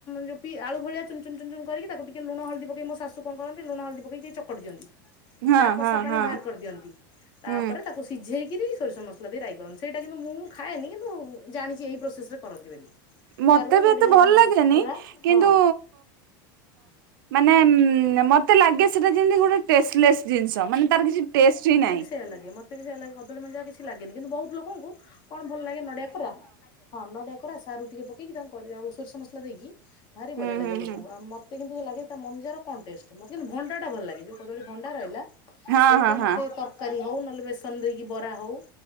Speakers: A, on the left; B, on the right.
A: ଯୋଉ ପି ଆଳୁ ଭଳିଆ ଚୁନ ଚୁନ କରିକି ତାକୁ ଟିକେ ଲୁଣ, ହଳଦୀ ପକେଇ ମୋ ଶାଶୁ କଣ କରନ୍ତି ଲୁଣ, ହଳଦୀ ପକେଇକିଏ ଚକଟି ଦିଅନ୍ତି,
B: ହଁ
A: ତା
B: ହଁ
A: କଷା ପାଣି
B: ହଁ
A: ବାହାର କରିଦିଅନ୍ତି। ତାପରେ
B: ହୁଁ।
A: ତାକୁ ସିଝେଇକିରି ସୋରିଷ ମସଲା ଦେଇ ରାଇ କରନ୍ତି, ସେଇଟା କିନ୍ତୁ ମୁଁ ଖାଏନି କିନ୍ତୁ ଜାଣିଛି ଏହି ପ୍ରୋସେସ୍ରରେ କରନ୍ତି ବୋଲି।
B: ମତେ
A: ସାରୁ
B: ବି
A: ନଡିଆ
B: ଏତେ ଭଲ ଲାଗେନି
A: କୋରା
B: କିନ୍ତୁ
A: ହଁ
B: ମାନେ ଉ ମତେ ଲାଗେ ସେଟା ଯେମିତି ଗୋଟେ ଟେଷ୍ଟଲେସ୍ ଜିନିଷ ମାନେ ତାର କିଛି ଟେଷ୍ଟ ହିଁ ନାହିଁ।
A: ସେୟଆ ଲାଗେ ମତେ ବି ସେୟଆ ଲାଗେ କଦଳୀ ମଞ୍ଜା କିଛି ଲାଗେନି କିନ୍ତୁ ବହୁତ ଲୋକଙ୍କୁ କଣ ଭଲ ଲାଗେ ନଡିଆ କୋରା ହଁ, ନଡିଆ କୋରା ସାରୁ ଟିକେ ପକେଇକି ତାଙ୍କୁ କରିବା ଆଉ ସୋରିଷ ମସଲା ଦେଇକି ଭାରି
B: ହୁଁ
A: ବଢିଆ ଲାଗେ
B: ହୁଁ
A: ଲୋକଙ୍କୁ
B: ହୁଁ
A: ଆଉ ମ ତେ କିନ୍ତୁ ଲାଗେ ତା ମଞ୍ଜାର କଣ ଟେଷ୍ଟ୍, ମତେ କିନ୍ତୁ ଭଣ୍ଡାଟା ଭଲ ଲାଗେ ଯଉ କଦଳୀ ଭଣ୍ଡା ରହିଲା
B: ହଁ
A: ସେଇଟା
B: ହଁ ହଁ
A: ମତେ ତରକାରୀ ହଉ ନହେଲେ ବେସନ ଦେଇକି ବରା ହଉ